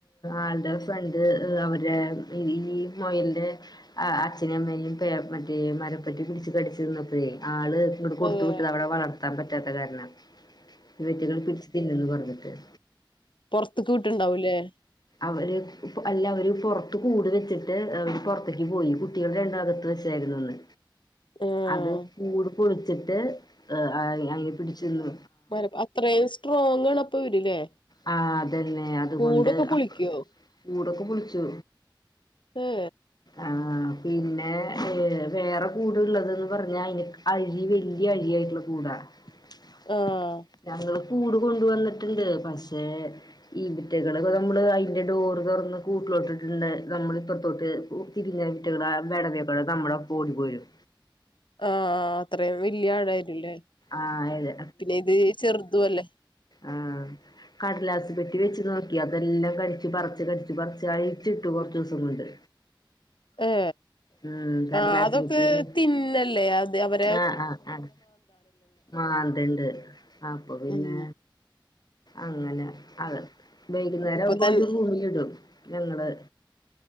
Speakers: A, on the left (about 55°); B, on the left (about 70°).
A: ആളുടെ ഫ്രണ്ട് അവരുടെ ഈ മൊയൽന്റെ അച്ഛനെ അമ്മനെയും മറ്റേ മരംപ്പട്ടി പിടിച്ച് കടിച്ചിരിന്നപ്പഴേ ആള് ഇങ്ങട് കൊടുത്തു
B: ഏഹ്
A: വിട്ടതാ അവിടെ വ നടത്താൻ പറ്റാത്ത കാരണ ഇവറ്റകൾ പിടിച്ചു തിന്നും പറഞ്ഞു <unintelligible> ക്ക
B: പൊർത്ത്ക്ക് വിട്ട്ണ്ടാവുംല്ലേ
A: അവര് അല്ല അവര് പുൊറത്ത് കൂട് വെച്ചിട്ട് പുറത്തേക്ക് പോയി കുട്ടികൾ രണ്ടാകത്ത് വെച്ചായിരുന്നു അന്ന്
B: ആഹ്
A: അത് കൂടു കുളിച്ചിട്ട് ആ അയ് അയി പിടിച്ച്ന്നു
B: മരപ്പ അത്രയും സ്ട്രോങ് ആണപ്പ അവര്ല്ലേ
A: ആ അതന്നെ അതുകൊണ്ട്
B: കൂടൊക്കെ പുളിക്വോ
A: കൂടൊക്കെ പൊളിച്ചു
B: ഏ
A: ആ പിന്നെ ഏ വേറെ കൂടുള്ളത് പറഞ്ഞാ അയിന് അഴി വല്യ അഴിയായിട്ടുള്ള കൂടാ <unintelligible>
B: ആഹ്
A: കൂട് കൊണ്ട്‌ വന്നിട്ടുണ്ട്. പക്ഷേ ഇവറ്റകള് നമ്മള് അയിന്റെ ഡോറ് തുറന്ന് കൂട്ടിലോട്ടിട്ട്‌ണ്ടെ നമ്മള് ഇപ്പറത്തോട്ട് തിരിഞ്ഞാ അയ്റ്റങ്ങള് അ <unintelligible> നമ്മളപ്പം ഓടി പോരും
B: ആ അത്രം വല്യ ആഴാ <unintelligible> ല്ലേ
A: ആഹ് അതെ
B: പിന്നെ ഇത് ചെറുതും അല്ലേ
A: ആഹ കടലാസ് പെട്ടി വെച്ചതോ അതെല്ലാം കടിച്ച് പറച്ച് കടിച്ച് പറച്ച് അഴിച്ചിട്ടു കൊർച്ചിസം കൊണ്ട്
B: ഏ
A: ഉം കടലാസ്
B: ആ അതൊക്ക്
A: പെട്ടിന്ന്
B: തിന്നല്ലേ അത് അവൻ
A: ആഹ് ആഹ് ആഹ മാന്ന്തണ്ട് ആ ആ അ മാന്ത് ണ്ട് <unintelligible> അപ്പൊ പിന്നെ
B: ഉം
A: അങ്ങനെ അത് വൈകുന്നേരാവുമ്പം
B: അപ്പൊ തന്നെ
A: ഒരു ഭുമി ഇടും ഞങ്ങള്